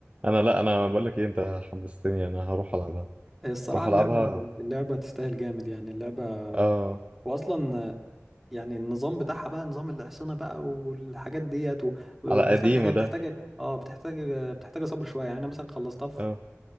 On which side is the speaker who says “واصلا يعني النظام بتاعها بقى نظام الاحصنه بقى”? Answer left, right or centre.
Centre